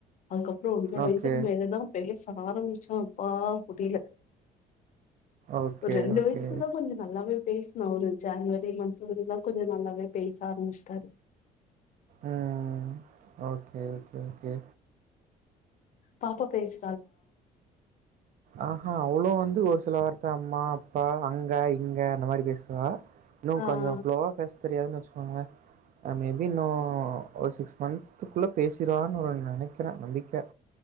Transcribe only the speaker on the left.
அதுக்கப்றோ ஒன்ற
வயசுக்கு மேல தா பேசா ஆரமிச்சா பா புடில
ஒரு ரெண்டு
வயசுல தா கொஞ்சோ நல்லாவே பேஸ்னா ஒரு ஜன்வரி மந்த்லா கொஞ்சோ நல்லாவே பேஸ் ஆரமிச்டாரு
பாப்பா பேசு
ஆஹ்